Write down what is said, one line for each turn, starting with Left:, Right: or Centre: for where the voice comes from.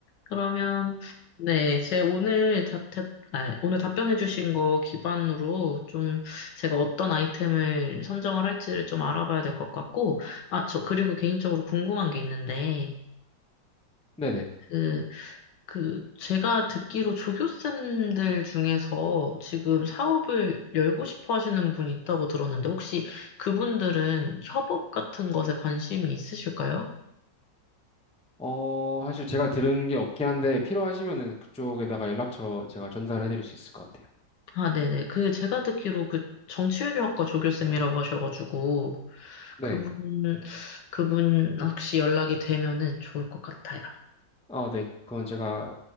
Left: 그러면, 네. 제 오늘 답, 답- 아, 오늘 답변해주신 거 기반으로 좀 제가 어떤 아이템을 선정을 할지를 좀 알아봐야 될 것 같고, 아, 저 그리고 개인적으로 궁금한 게 있는데,
Centre: 네네.
Left: 그 그, 제가 듣기로 조교쌤들 중에서 지금 사업을 열고 싶어 하시는 분이 있다고 들었는데, 혹시 그분들은 협업 같은 것에 관심이 있으실까요?
Centre: 어, 사실 제가 들은 게 없긴 한데 필요하시면은 그쪽에다가 연락처 제가 전달해 드릴 수 있을 것 같아요.
Left: 아, 네네. 그, 제가 듣기로 그 정치외교학과 조교쌤이라고 하셔가지고,
Centre: 네.
Left: 그분, 그분 혹시 연락이 되면은 좋을 것 같아요.
Centre: 아, 네. 그건 제가